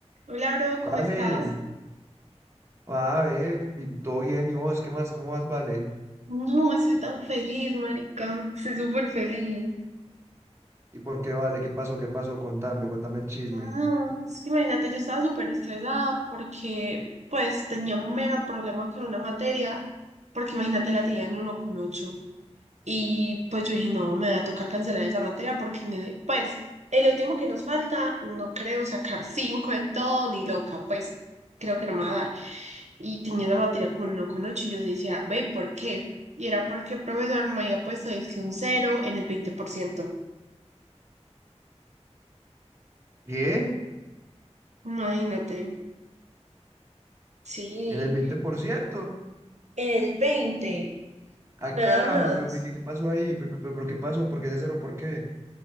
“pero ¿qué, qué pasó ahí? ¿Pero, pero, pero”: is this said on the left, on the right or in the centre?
Right